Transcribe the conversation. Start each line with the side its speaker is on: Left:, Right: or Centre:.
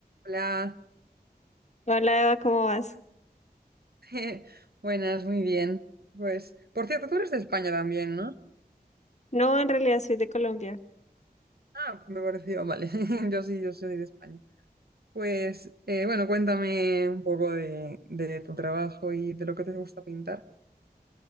Right: Hola,
Left: Hola Eva, ¿cómo vas?
Right: <laughs> buenas, muy bien. Pues, por cierto, tú eres de España también, ¿no?
Left: No, en realidad soy de Colombia.
Right: Ah, me pareció, vale. <laughs> Yo sí, yo soy de España. Pues, eh, bueno, cuéntame un poco de, de tu trabajo y de lo que te gusta pintar.